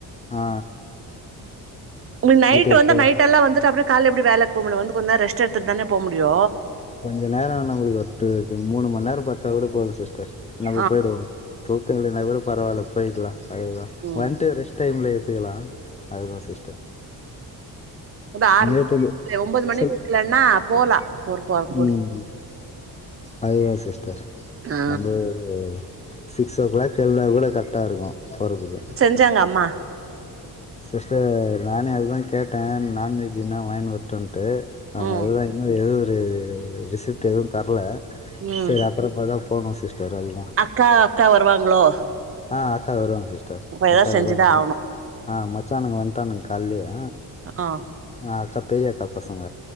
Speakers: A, on the left; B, on the right.
A: ஆ
B: உங்களுக்கு நைட்
A: வீட்டுக்கு
B: வந்து
A: போய்
B: நைட் எல்லா வந்துட்டு அப்டி கால்ல எப்டி வேலைக்கு போக முடியு வந்து கொஞ்ச நேர ரெஸ்ட் எடுத்துட்டு தான போ முடியு
A: கொஞ்ச நேர நம்மளுக்கு ஒரு டு மூணு மணி நேர பாத்தா கூட போது சிஸ்டர் நம
B: ஆ
A: போயிடுவோ தூக்க இல்லன்னா கூட பரவால்ல போயிடலா அதுதா
B: ம்
A: வந்துட்டு ரெஸ்ட் டைம்ல எடுத்துக்கலா அதுதா சிஸ்டர்
B: உத ஆறு மணி
A: நேத்து
B: ஒன்பது மணிக்கு
A: சொல்
B: இருக்கலன்னா போலா போர் போ போர்
A: ம் அதுதா சிஸ்டர்
B: ஆ
A: நம்போ ஓ சிக்ஸ் ஓ க்ளாக் எழுந்தா கூட கரெக்டா இருக்கு போறதுக்கு
B: சாங்க அம்மா
A: சிஸ்டர் நானே அது தா கேட்டே நான்வெஜ் எதுனா வாங்கினு வர் டான்ட்டு அவங்க
B: ம்
A: அதுதா இன்னு எதுவு ஒரு ரிசிப்ட்டு எதுவு தரல
B: ம்
A: சேரி அப்புறமாதா போனு சிஸ்டர் எல்லா
B: அக்கா அக்கா வருவாங்களோ
A: ஆ அக்கா வருவாங்க சிஸ்டர்
B: அப்ப ஏதாவது
A: அக்கா
B: செஞ்சுதா
A: வருவாங்க
B: ஆகணு
A: ஆ மச்சானுங்க வண்டானுங்க கால்லயேவு
B: ஆ
A: நா அக்கா பெரியக்கா பசங்க